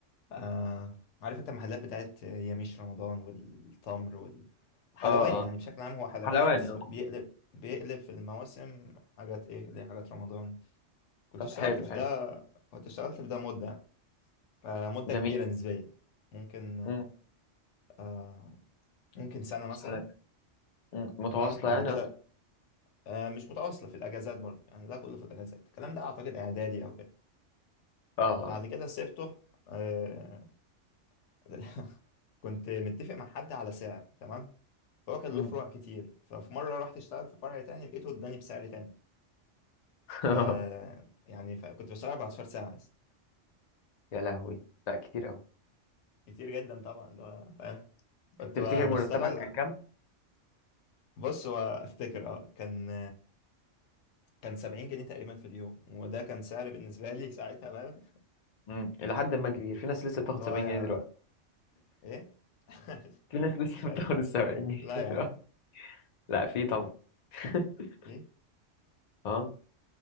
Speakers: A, on the left; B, on the left.
A: آه... عارف انت المحلات بتاعت ياميش رمضان والتمر وال... حلواني
B: اه
A: يعني
B: اه
A: بشكل عام هو حلواني
B: حلواني
A: بس
B: اه
A: بيقلب بيقلب في المواسم حاجات ايه ليه حاجات رمضان كنت
B: طب
A: اشتغلت
B: حلو
A: في
B: حلو
A: ده كنت اشتغلت في ده مدة آه... مدة
B: جميل
A: كبيرة نسبيا ممكن
B: امم
A: آه... ممكن سنة مثلا
B: سلام مم. متواصلة
A: تمام بعد
B: يعني
A: كده
B: اه
A: آه... مش متواصلة في الأجازات برضه يعني ده كله في الأجازات الكلام ده أعتقد إعدادي أو كده
B: اه
A: بعد كده سبته آه، <laughs> كنت متفق مع حد على سعر تمام هو كان
B: مم.
A: له فروع كتير ففي مرة رحت اشتغل في فرع تاني لقيته اداني بسعر تاني
B: <laughs>
A: ف يعني ف... كنت بشتغل 14 ساعة بس.
B: يا لهوي لا كتير قوي
A: كتير جدا طبعا ده فاهم كنت
B: تفتكر
A: ب-
B: مرتبك
A: بشتغل
B: كان كام؟
A: بص وافتكر اه كان كان 70 جنيه تقريبا في اليوم وده كان سعر بالنسبة لي <laughs> ساعتها فاهم
B: امم إلى حد ما كبير في ناس لسه بتاخد
A: اللي هو
B: 70
A: يا
B: جنيه دلوقتي
A: ايه <laughs>
B: في ناس لسه
A: مش قادر
B: <laughs> بتاخد ال 70 جنيه
A: لا يا
B: دلوقتي
A: عم
B: <laughs> لا في طبعا <laughs>
A: ايه
B: اه